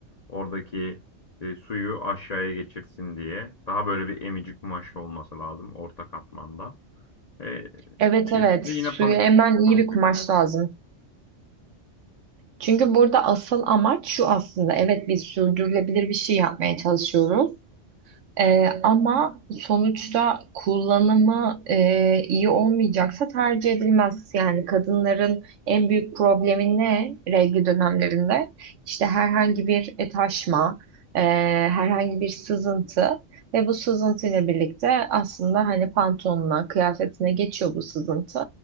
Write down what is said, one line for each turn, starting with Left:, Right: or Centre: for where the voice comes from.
Left: oradaki e, suyu aşağıya geçirsin diye. Daha böyle bir emici kumaş olması lazım orta katmanda. E,
Right: Evet evet
Left: üstünde
Right: suyu
Left: yine pamuk
Right: emen iyi
Left: pamuk
Right: bir kumaş
Left: bir
Right: lazım. Çünkü burada asıl amaç şu aslında. Evet biz sürdürülebilir bir şey yapmaya çalışıyoruz. Ee, ama sonuçta kullanımı e, iyi olmayacaksa tercih edilmez. Yani kadınların en büyük problemi ne regl dönemlerinde? İşte herhangi bir e, taşma, e, herhangi bir sızıntı ve bu sızıntı ile birlikte aslında hani pantolonuna, kıyafetine geçiyor bu sızıntı.